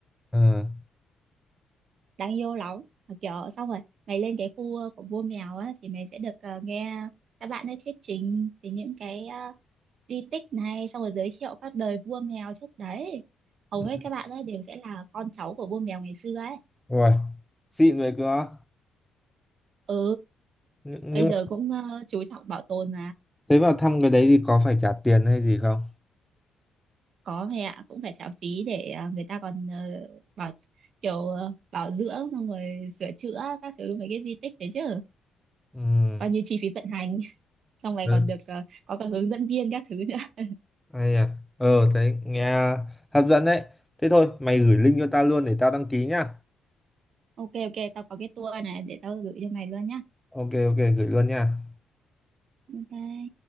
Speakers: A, in the centre; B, on the right.
A: Ờ.
B: đáng yêu lắm Mà kiểu xong rồi mày lên cái khu ờ, của vua mèo á thì mày sẽ được ờ, nghe các bạn ấy thuyết trình về những cái ờ, di tích này xong rồi giới thiệu các đời vua mèo trước đấy hầu
A: Ừ.
B: hết các bạn ấy đều sẽ là con cháu của vua mèo ngày xưa ấy
A: Ui, xịn vậy cơ á.
B: ừ
A: Nh- nhưng
B: bây
A: mà
B: giờ cũng ờ, chú trọng bảo tồn
A: thế vào thăm cái đấy thì có phải trả tiền hay gì không
B: có mẹ ạ cũng phải trả phí để à, người ta còn ờ, bảo kiểu ờ, bảo dưỡng xong rồi sửa chữa các thứ mấy cái di tích đấy chứ
A: ừ
B: coi như chi phí vận hành <laughs> xong này
A: ừ
B: còn được ờ, có cả hướng dẫn viên các thứ nữa <laughs>
A: hay à ờ thấy nghe hấp dẫn đấy thế thôi mày gửi link cho tao luôn để tao đăng ký nhá
B: ok ok tao có cái tour này để tao gửi cho mày luôn nhá
A: ok ok gửi luôn nha
B: ok